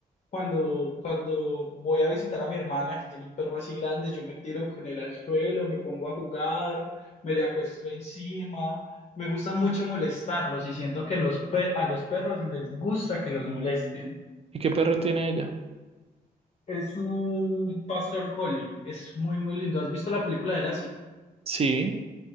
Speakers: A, on the left (about 40°); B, on the right (about 35°).
A: cuando, cuando voy a visitar a mi hermana que tiene un perro así grande, yo me tiro con él al suelo, me pongo a jugar, me le acuesto encima. Me gusta mucho molestarlos y siento que los pe- a los perros les gusta que los molesten.
B: ¿Y qué perro tiene ella?
A: Es un pastor collie, es muy, muy lindo. ¿Has visto la película de Lassie?
B: Sí,